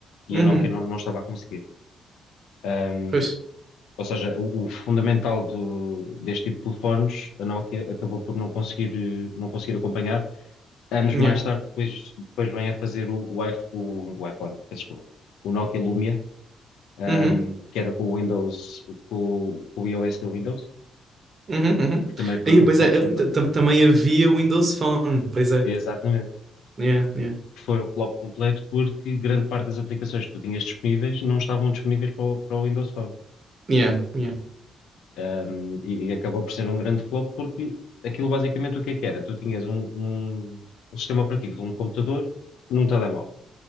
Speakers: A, on the left; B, on the right.
A: e
B: Uhum.
A: a Nokia não, não estava a conseguir. Ahm,
B: Pois.
A: ou seja, o, o fundamental do- deste tipo de telefones, a Nokia acabou por não conseguir, eh, não conseguir acompanhar. Anos
B: Yeah.
A: mais tarde, depois, depois vem a fazer o, o, iPh- o- o iPhone, peço desculpa, o Nokia Lumia, ahm,
B: Uhum.
A: que era com o Windows, com, o com o iOS da Windows,
B: Uhum, uhum.
A: que também foi
B: Aí,
A: um
B: pois
A: flop
B: é,
A: completo.
B: t- t- também havia Windows Phone, pois é.
A: Exatamente.
B: Yeah, yeah,
A: que foi um flop completo porque grande parte das aplicações que tu tinhas disponíveis não estavam disponíveis para o, para o Windows Phone.
B: yeah, yeah.
A: Um, e, e acabou por ser um grande flop porque aquilo basicamente o que é que era? Tu tinhas um, um- um sistema operativo de um computador num telemóvel,